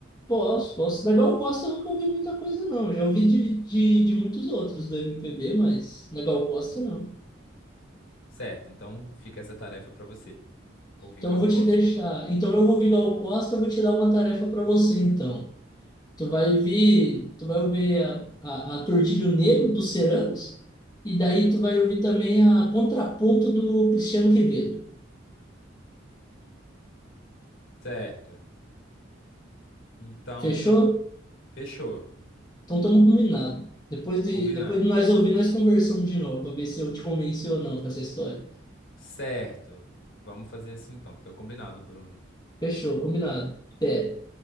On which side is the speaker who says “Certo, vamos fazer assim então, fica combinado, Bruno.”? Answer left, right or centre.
Left